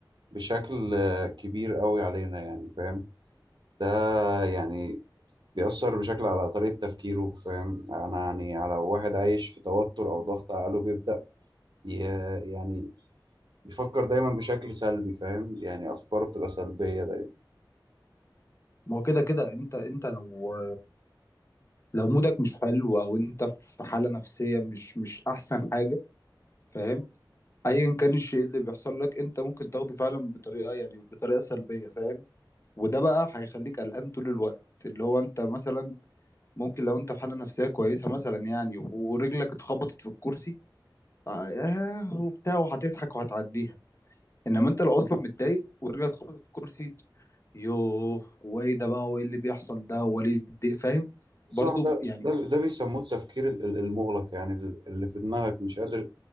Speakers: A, on the right (about 65°); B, on the left (about 35°).
A: بشكل آه، كبير قوي علينا يعني فاهم ده يعني بيأثر بشكل على طريقة تفكيره فاهم أنا يعني على واحد عايش في توتر أو ضغط عقله بيبدأ ي- يعني بيفكر دايما بشكل سلبي فاهم يعني أفكاره بتبقى سلبية دايما
B: ما هو كده كده انت انت لو لو مودك مش حلو او انت في حالة نفسية مش مش احسن حاجة فاهم ايا كان الشيء اللي بيحصل لك انت ممكن تاخده فعلا بطريقة يعني بطريقة سلبية فاهم وده بقى هيخليك قلقان طول الوقت اللي هو انت مثلا ممكن لو انت في حالة نفسية كويسة مثلا يعني ورجلك اتخبطت في الكرسي آه وبتاع وهتضحك وهتعديها انما انت لو اصلا متضايق ورجعت خبطت في الكرسي يوه وايه ده بقى وايه اللي بيحصل ده وليه الدنيا- فاهم
A: صح
B: برضو
A: ده
B: يعني
A: ده ده بيسموه التفكير ال- ال- المغلق يعني ال- اللي في دماغك مش قادر